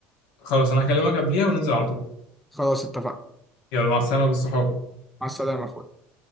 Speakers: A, on the left; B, in the centre.
A: خلاص انا هكلمك قبليها وننزل على طول
B: خلاص اتفقنا
A: يلا مع السلامة بالصحاب
B: مع السلامه يا اخويا